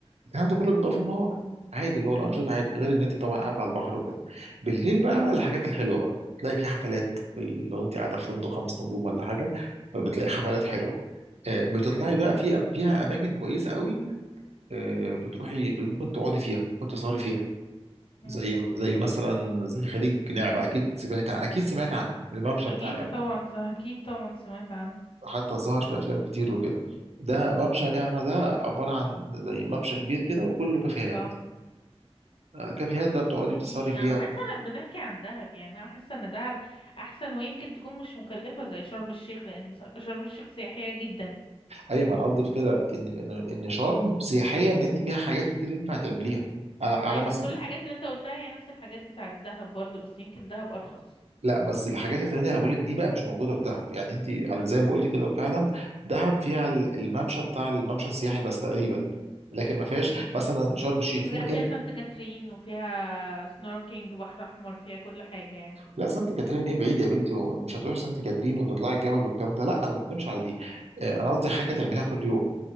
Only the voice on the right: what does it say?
الكلام ده كله بيبقى في النهار عادي اللي هو الانشطه
عادي غير ان انت طبعا قاعده على البحر وكده بالليل بقى الحاجات الحلوه بقى تلاقي في حفلات في ال- لو انت قاعده في فندق خمس نجوم ولا حاجه فبتلاقي
حفلات حلوه آه، بتطلعي
بقى فيها فيها اماكن كويسه قوي آه، بتروحي ممكن تقعدي فيها ممكن تسهري فيها
زي زي مثلا زي خليج نعمه اكيد سمعت اكيد سمعت عن الممشى
بتاع نعمه
حتى ظهر في افلام كتير وكده ده ممشى نعمة ده عبارة عن زي ممشى كبير كده وكله كافيهات
آه، كافيهات
بقى بتقعدي تسهري فيها
ايوه ما انا قصدي في كده ان ان ان شرم سياحية ان انت فيها حاجات كتير ينفع تعمليها على على
مثلا
لا بس الحاجات التانية اللي بقول لك دي بقى مش موجودة في دهب يعني انت على زي ما قلت كده فعلا دهب فيها ال- الممشى بتاع الممشى السياحي بس تقريبا لكن
ما فيهاش مثلا شرم الشيخ في
مكان
لا سانت كاترين ايه بعيد يا بنتي ومش هتروحي سانت كاترين وتطلعي الجبل والكلام ده لا انا ما بتكلمش على دي آه، انا قصدي حاجه تعملها كل يوم